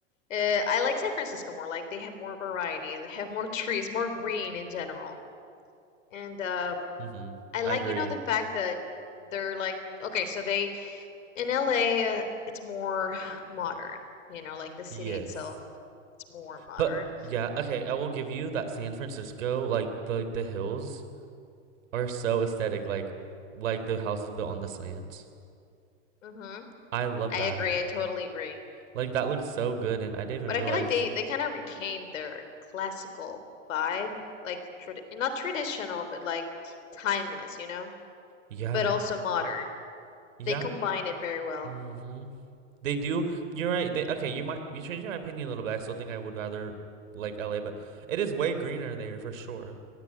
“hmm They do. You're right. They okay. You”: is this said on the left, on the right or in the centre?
Right